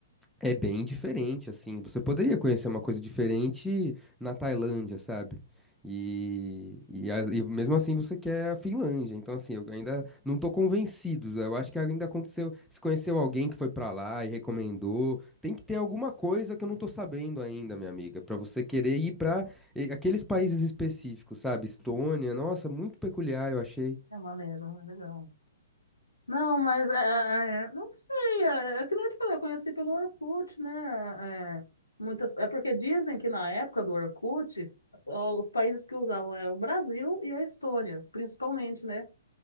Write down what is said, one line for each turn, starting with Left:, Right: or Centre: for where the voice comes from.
Centre: É bem diferente, assim. Você poderia conhecer uma coisa diferente na Tailândia, sabe? E, e, as- e mesmo assim você quer a Finlândia. Então, assim, eu ainda não tô convencido. Eu acho que ainda aconteceu. Se conheceu alguém que foi pra lá e recomendou, tem que ter alguma coisa que eu não tô sabendo ainda, minha amiga, pra você querer ir pra eh, aqueles países específicos, sabe? Estônia, nossa, muito peculiar, eu achei.
Left: É maneiro, é legal. Não, mas é, é, não sei, é, é que nem eu te falei, eu conheci pelo Orkut, né? É, muitas, é porque dizem que na época do Orkut, ó, os países que usavam eram o Brasil e a Estônia, principalmente, né?